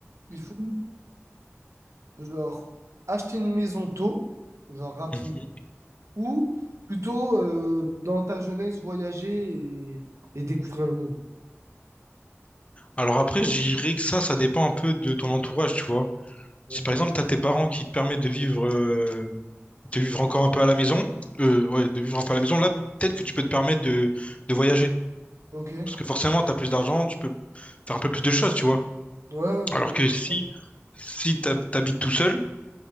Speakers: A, on the right; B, on the left.
A: il faut genre acheter une maison tôt, genre rapidement,
B: Mhm.
A: ou plutôt euh, dans ta jeunesse voyager et, et découvrir le monde?
B: Alors après, je dirais que ça, ça dépend un peu de ton entourage, tu vois.
A: Ok.
B: Si par exemple, t'as tes parents qui te permettent de vivre, euh, de vivre encore un peu à la maison, euh, ouais, de vivre un peu à la maison, là, peut-être que tu peux te permettre de, de voyager.
A: Ok. Ouais,
B: Parce que forcément, t'as plus d'argent, tu peux faire un peu plus de choses, tu vois.
A: bah
B: Alors
A: oui.
B: que si,
A: d'accord.
B: si t'hab- t'habites tout seul,